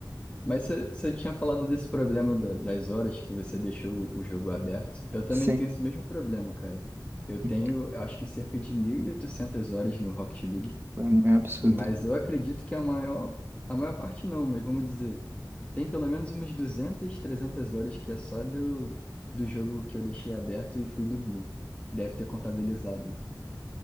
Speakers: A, on the left; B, on the right.
A: Mas você você tinha falado desse problema da- das horas que você deixou o jogo aberto. Eu também
B: Sim.
A: tenho esse mesmo problema, cara. Eu
B: Uhum.
A: tenho, eu acho que cerca de 1.800 horas no Rocket League.
B: É, é um absurdo.
A: Mas eu acredito que a maior, a maior parte não, mas vamos dizer, tem pelo menos umas 200 300 horas que é só do, do jogo que eu deixei aberto e fui dormir. Deve ter contabilizado.